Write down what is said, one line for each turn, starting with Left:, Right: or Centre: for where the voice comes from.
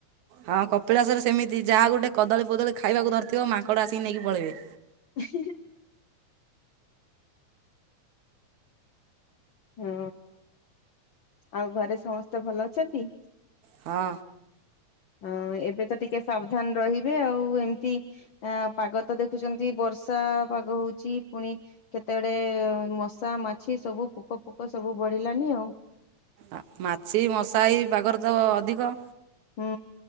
Right: ହଁ କପିଳାସରେ ସେମିତି ଯାହା ଗୋଟେ କଦଳୀ ଫଦଳୀ ଖାଇବାକୁ ଧରିଥିବ ମାଙ୍କଡ଼ ଆସି ନେଇକି ପଳେଇବେ।
Left: ହିଁ ହିଁ। ହଁ ଆଉ ଘରେ ସମସ୍ତେ ଭଲ ଅଛନ୍ତି?
Right: ହଁ।
Left: ହଁ ଏବେ ତ ଟିକେ ସାବଧାନ ରହିବେ ଆଉ ଏମତି ଆଁ ପାଗ ତ ଦେଖୁଚନ୍ତି ବର୍ଷା ପାଗ ହଉଚି ପୁଣି କେତେଅଡ଼େ ମଶା ମାଛି ସବୁ ପୋକ ଫୋକ ସବୁ ବଢି଼ଲାନି ଆଉ।
Right: ଆ ମାଛି ମଶା ଏଇ ପାଗରେ ତ ଅଧିକ।
Left: ହୁଁ,